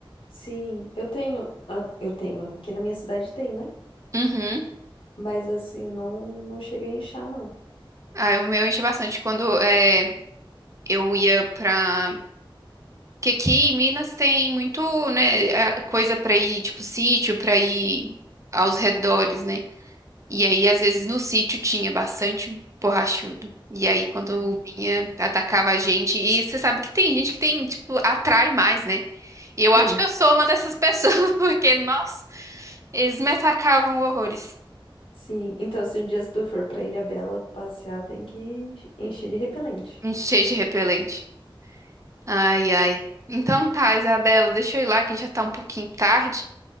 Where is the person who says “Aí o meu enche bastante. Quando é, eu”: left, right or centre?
Right